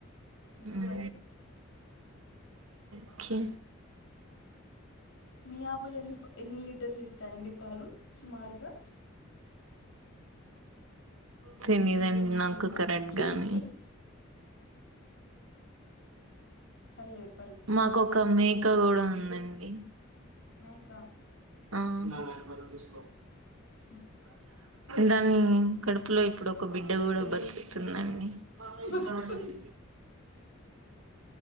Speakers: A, on the left (about 65°); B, on the right (about 80°).
A: ఇకపై
B: మ్మ్ ఓకే
A: మీ ఆవులు ఎన్ని ఎన్ని లీటర్లు ఇస్తాయండి పాలు సుమారుగా
B: తెనిదండి నాకు కరెట్గానీ
A: తెలియదండి పల్లెదు
B: మాకొక మేక కూడా ఉందండి
A: మేక
B: ఆ భారత స్
A: అ
B: దాని కడుపులో ఇప్పుడు ఒక బిడ్డ కూడా బతుకుతుందండి ప ఇ
A: బతుకుతుంది